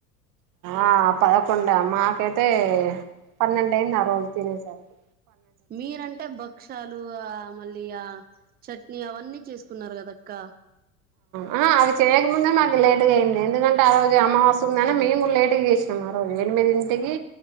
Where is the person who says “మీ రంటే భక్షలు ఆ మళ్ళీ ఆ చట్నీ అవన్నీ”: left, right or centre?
Right